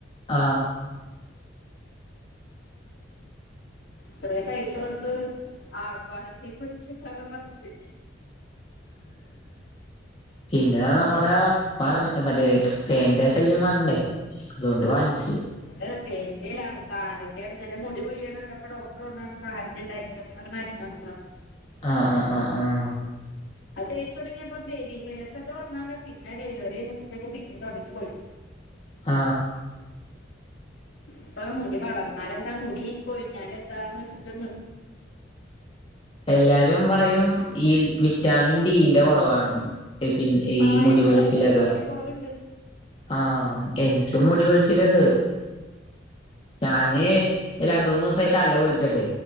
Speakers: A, on the left (about 30°); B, on the left (about 70°).
A: ആ
B: അത്രേം പൈസ കൊടുത്ത് ആർഭാടത്തേക്കുറിച്ച് <unintelligible>
A: പിന്നെ നമ്മട അവസ് പറഞ്ഞ് മറ്റേ പേനിന്റെ ആ ശല്യം മാറണ്ടേ? അത്കൊണ്ട് വാങ്ങിച്ച്.
B: ഇത് പേന്റെ അല്ല. താരന്റെ ആരുന്ന്. എന്റെ മുടി കൊഴിയണ് കണ്ടപ്പ ഡോക്ട്ടറ് പറഞ്ഞാണ് താരന്റെണ്ടായിരിക്കുമെന്ന് മരുന്ന് വന്നതാ
A: ആഹ് ആഹ് ആഹ് ആഹ്
B: തേച്ചോടങ്ങിയപ്പ ബേബി ഹെയേഴസ് ഒക്കെ വന്നാണ്. പിന്നെ ഡെലിവറി കഴിഞ്ഞപ്പത്തേക്ക് പിന്നിം കൊറഞ്ഞ് പോയി
A: ആ
B: ഇപ്പ മുടി വളർന്നാലെന്താ? മുടി കൊഴിഞ്ഞാലെന്താ വെച്ചിട്ടാ നിർ
A: എല്ലാരും പറയും ഈ വി വിറ്റാമിൻ ഡി ന്റെ കൊറവാണെന്ന്. പി പിൻ ഈ
B: ആഹ്
A: മുടി
B: എനിക്ക്
A: കൊഴിച്ചിലൊക്കെ.
B: വൈറ്റമിൻ ഡിന്റെ കുറവുണ്ട്
A: ആ എനിക്കും മുടി കൊഴിച്ചിലുണ്ട്. ഞാന് രണ്ടുമൂന്നൂസായി തല കുളിച്ചിട്ട്